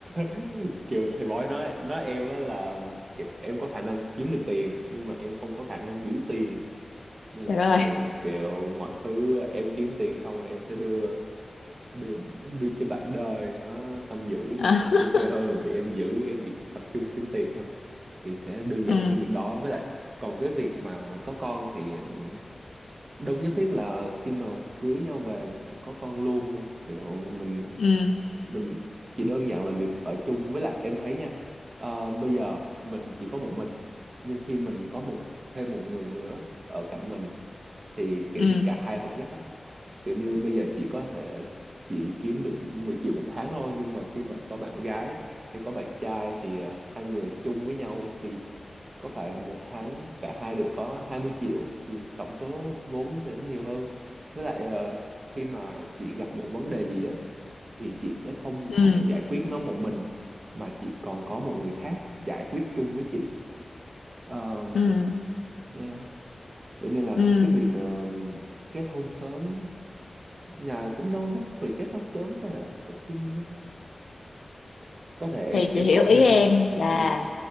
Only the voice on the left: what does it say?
trời
ơi
à,
<laughs>
ừ
ừ
ừ
ừ
ừ
ừ
thì
chị hiểu
ý
em là